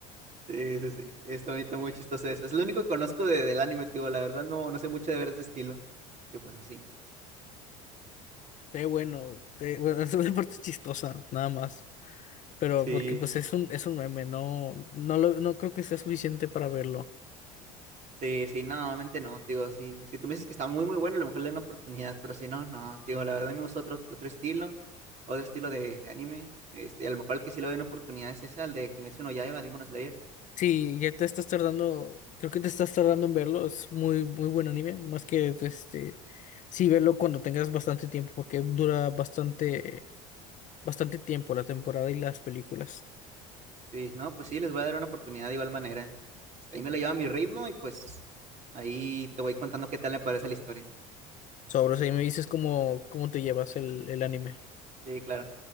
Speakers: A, on the right; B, on the left.
A: Sí, sí, sí. Está, muy- está muy chistoso eso. Es lo único que conozco de- del anime, tío. La verdad no, no sé mucho de ver ese estilo. Yo pues así.
B: Eh, bueno, eh, bueno, <laughs> es una parte chistosa, nada más. pero
A: Sí,
B: porque pues es un, es un meme, no, no lo, no creo que sea suficiente para verlo.
A: sí, sí, no, obviamente no, tío. Sí, si tú me dices que está muy, muy bueno, a lo mejor le doy una oportunidad, pero si no, no, tío. La verdad me gusta otro, otro estilo, otro estilo de, de anime. Este, a lo mejor el que sí le doy una oportunidad es ese, al de Kimetsu no Yaiba, Demon Slayer.
B: Sí, ya te estás tardando, creo que te estás tardando en verlo, es muy, muy buen anime, más que este, sí, verlo cuando tengas bastante tiempo, porque dura bastante, bastante tiempo la temporada y las películas.
A: Sí, no, pues sí, les voy a dar una oportunidad de igual manera. Este, ahí me lo llevo a mi ritmo y pues ahí te voy contando qué tal me parece la historia.
B: Sobre, o sea, y me dices cómo, cómo te llevas el, el anime.
A: Sí, claro.